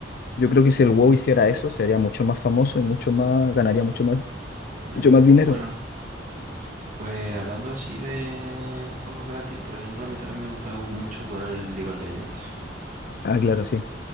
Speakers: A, on the left; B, on the right.
A: Yo creo que si el WoW hiciera eso, sería mucho más famoso y mucho más, ganaría mucho más,
B: Ya,
A: mucho más dinero.
B: Bueno, pues hablando así de juegos gratis, por ejemplo, a mí también me gustaba ju- mucho jugar al League of Legends.
A: Ah, claro, sí.